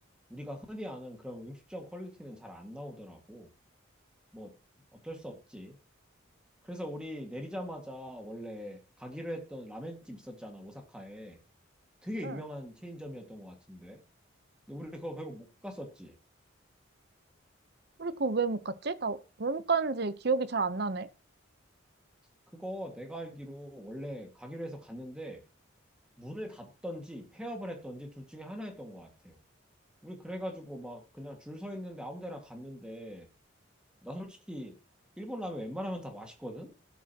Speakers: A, in the centre; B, on the right.
A: 우리가 흔히 아는 그런 음식점 퀄리티는 잘 안 나오더라고. 뭐 어쩔 수 없지. 그래서 우리 내리자마자 원래 가기로 했던 라멘집 있었잖아, 오사카에. 되게
B: 응.
A: 유명한 체인점이었던 것 같은데. 근데 우리 그거 결국 못 갔었지.
B: 우리 그거 왜 못 갔지? 나 왜 못 갔는지 기억이 잘 안 나네.
A: 그거 내가 알기로 원래 가기로 해서 갔는데 문을 닫던지 폐업을 했던지 둘 중에 하나였던 것 같아. 우리 그래가지고 막 그냥 줄 서 있는데 아무 데나 갔는데 나 솔직히 일본 라면 웬만하면 다 맛있거든?